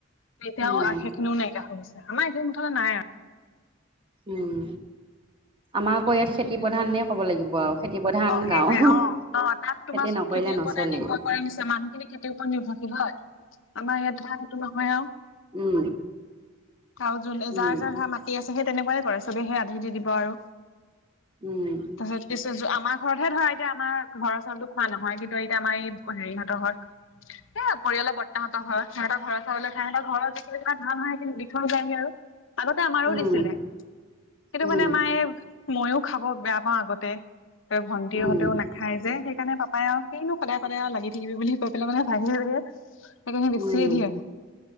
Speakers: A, on the left (about 70°); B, on the right (about 25°).
A: তেতিয়াও
B: উম
A: আশে খিনিও নাইকিয়া হৈ গৈছে। আমাৰ এইখিন মুঠতে নাই, আৰু
B: উম আমাৰ আকৌ ইয়াত খেতি প্ৰধান নে ক'ব লাগিব আও খেতি। প্ৰধান
A: অ সেইটোৱে
B: গাঁও
A: অ অ তাত তোমাৰ
B: খেতি
A: ওচৰত
B: নকৰিলে
A: খেতিৰ
B: নচলেই
A: ওপৰতে নিৰ্ভৰ কৰি নিছে মানুহখিনি খেৰ ওপৰত নিৰ্ভৰশীল হয়। হয় আমাৰ ইয়াত ধানটো নহয় আও
B: উম।
A: আৰু জো
B: উম
A: যাৰ যাৰ হা মাটি আছে সেই তেনেকুৱাই কৰে চবে সে আধি দি দিব, আৰু।
B: উম
A: তাৰছত পিছত আমাক ঘৰতহে ধৰা এতিয়া আমাৰ ঘৰৰ চাউলতো খোৱা নহয়, কিন্তু এতিয়া আমাৰ ই হেৰি হঁতৰ ঘৰত এই পৰি বৰ্তাহঁতৰ ঘৰত সিহঁতে ঘৰ চাউল খায়। <unintelligible> যাইগে আৰু আগতে আমাৰো
B: উম
A: দিছিলে। কিন্তু
B: উম
A: মানে আমাৰ এই মইও খাব বেয়া পাও আগতে। ত ভন্টিহঁতেও
B: উম
A: নাখায় যে, সেইকাৰণে পা পায় কিনো সদায় সদায় আৰু লাগি থাকিবি বুলি কৈ পেলাই মানে ভাঙি থৈ দিয়ে। <unintelligible> বেছিয়ে
B: উম
A: দিয়ে।